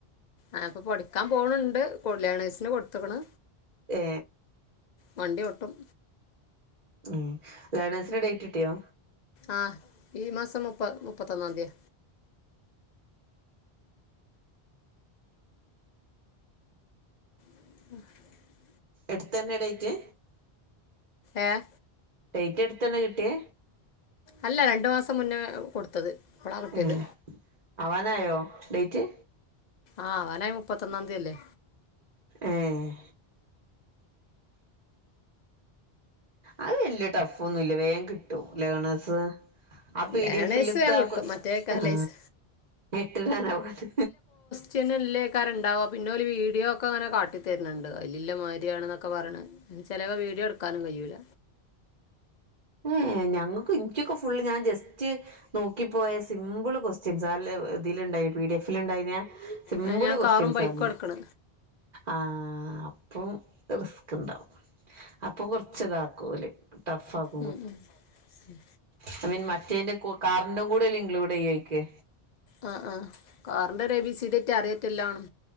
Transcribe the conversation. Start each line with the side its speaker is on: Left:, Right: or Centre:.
Left: ആ പ്പൊ പഠിക്കാ പോണ് ണ്ട് കൊ ലേണേസിന് കൊട്ത്ത്ക്ക്ണ്
Right: ഏ
Left: വണ്ടി ഓട്ടും
Right: ഉം ലേണേഴ്സിന്റെ ഡേറ്റ് കിട്ടിയോ
Left: ആഹ് ഈ മാസം മുപ്പ മുപ്പത്തൊന്നാന്തിയാ <unintelligible>
Right: എട്ത്തന്നെ ഡേറ്റ്
Left: ഏഹ്
Right: ഡേറ്റ് അടുത്ത് തന്നെ കിട്ടിയേ
Left: അല്ല രണ്ടു മാസം മുന്നേ കൊടുത്തത് ഇപ്പളാ കിട്ടിയത്
Right: ഉംഹ് ആവാനായോ ഡേറ്റ്?
Left: ആഹ് അവന് മുപ്പത്തി ഒന്നാം തീയതിയല്ലേ?
Right: എയ് അത് വല്യ ടഫ് ഒന്നും ഇല്ല വേഗം കിട്ടും ലേണേസ് ആ പി
Left: ലേണേഴ്സ്
Right: ഡി എഫി ൽത്തെ
Left: വേഗം കിട്ടും
Right: ആ കൊസ്
Left: മറ്റേക്കാ
Right: ആ
Left: ലൈസ്
Right: എട്ടു താന ആവത്
Left: ചെന്നല്ലേക്കാരു ഉണ്ടാവുക പിന്നെ ഒരു വീഡിയോ ഒക്കെ അങ്ങനെ കാട്ടിത്തരുന്നുണ്ട് അയിലില്ല മാതിരിയാണെന്നൊക്കെ പറയണ് ചെലവ വീഡിയോ എടുക്കാനും കയ്യൂല
Right: ഏഹ് ഞങ്ങക്ക് ഇന്ക്കെക്കെ ഫുള്ള് ഞാൻ ജസ്റ്റ് നോക്കിപ്പോയ സിമ്പിൾ ക്വാസ്റ്റ്യൻസാ അല്ലേ ഇതില്ണ്ടായി പി ഡി എഫില്ണ്ടായിനെ സിംമ്പിള്
Left: ആ, ഞാൻ
Right: ക്വസ്റ്റ്യൻസാ
Left: കാറും ബൈക്കും
Right: അങ്ങനെ
Left: എടുക്കണ്
Right: ആഹ് അപ്പം റിസ്ക്ക്ണ്ടാവും അപ്പോൾ കൊറച്ച് ഇതാക്കും ഓല് ടഫ് ആക്കും.
Left: ഉം ഉം ഉം
Right: അയ് മീൻ മറ്റേന്റെ കൊ കാറിന്റും കൂടെ ഇൻക്ലൂഡ് ചെയ്യയ്ക്ക്
Left: ആ ആ കാറിൻന്റെഒരു എ ബീ സി ടി ഒറ്റ അറിയതില്ലന്നു